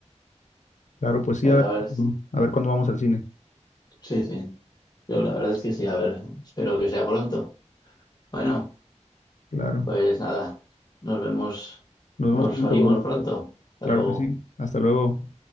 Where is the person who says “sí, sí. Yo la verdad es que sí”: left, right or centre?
Left